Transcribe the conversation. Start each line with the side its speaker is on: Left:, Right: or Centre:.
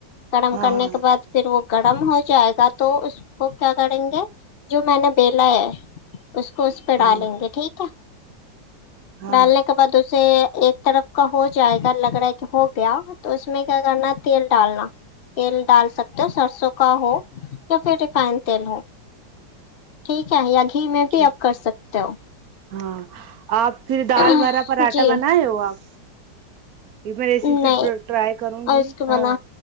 Left: گرم
Right: ہاں
Left: کرنے
Right: ہاں
Left: کے پھر وہ گرم ہو جائے گا تو اس کو کیا کریں گے جو میں نے بیلا ہے اس کو اس پہ
Right: ہاں
Left: ڈالیں گے ٹھیک ہے
Right: ہاں
Left: ڈالنے اس کے بعد اسے ایک طرف کا ہو جائے گا لگ رہا ہے کہ ہو گیا تو اس میں کیا کرنا تیل ڈالنا تیل ڈال سکتے ہو سرسوں کا ہو یا پھر ریفائن تیل ہو ٹھیک ہے یا گھی میں بھی
Right: جی
Left: آپ کر سکتے ہو
Right: ہاں آپ پھر
Left: ہو
Right: دال برابر اٹا
Left: جی
Right: بنائے ہو آپ یہ میں ریسیپی
Left: نہیں
Right: ٹرائی کرونگی
Left: اور اس کے بنا
Right: ہاں